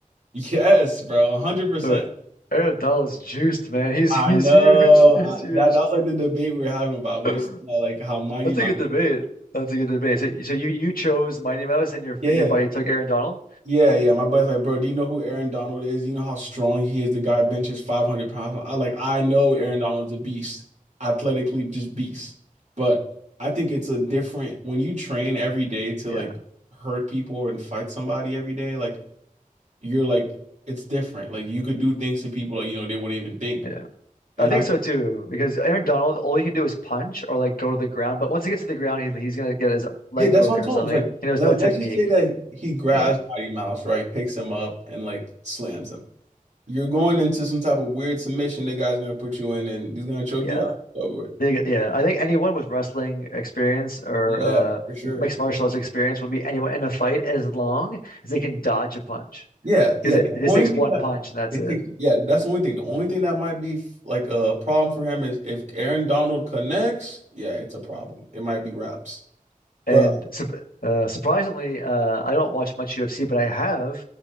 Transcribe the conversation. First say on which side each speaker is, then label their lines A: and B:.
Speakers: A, on the right; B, on the left.
A: Yes, bro, 100%.
B: But Aaron Donald's juiced, man. He's
A: I
B: he's
A: know.
B: huge. <laughs> He's
A: I,
B: huge.
A: that that was like the debate we were having about. We
B: <laughs>
A: were saying about, like how mighty
B: That's
A: Mouse.
B: a good debate. That's a good debate. So, so you you chose Mighty Mouse and your
A: Yeah,
B: and your buddy took Aaron Donald?
A: Yeah, yeah. My buddy's like, bro, do you know who Aaron Donald is? You know how strong he is. The guy benches 500 pounds. I like, I know Aaron Donald's a beast, athletically just beast. But I think it's a different when you train every day to
B: Yeah,
A: like hurt people or and fight somebody every day. Like you're like, it's different. Like you could do things to people like you know they wouldn't even think.
B: yeah.
A: And
B: I think
A: like,
B: so too, because Aaron Donald, all he can do is punch or like go to the ground. But once he gets to the ground, he, he's gonna get his leg
A: yeah, that's
B: broken
A: what I'm telling
B: or something.
A: him. It's like,
B: He knows
A: let,
B: no
A: let's
B: technique.
A: just say that he grabs
B: Yeah,
A: Mighty Mouse, right? Picks him up and like slams him. You're going into some type of weird submission that guy's gonna put you in and he's gonna choke
B: yeah.
A: you out. over. with.
B: They get, yeah, I think anyone with wrestling experience or
A: Yeah,
B: uh,
A: for sure.
B: mixed martial arts experience will be anyone in a fight as long as they can dodge a punch,
A: Yeah,
B: because
A: yeah.
B: it,
A: The
B: it just
A: only
B: takes
A: thing
B: one
A: that
B: punch and that's
A: it
B: it.
A: takes, yeah, that's the only thing. The only thing that might be f- like a problem for him is if Aaron Donald connects, yeah, it's a problem. It might be wraps.
B: And
A: But
B: sup uh, surprisingly, uh, I don't watch much UFC, but I have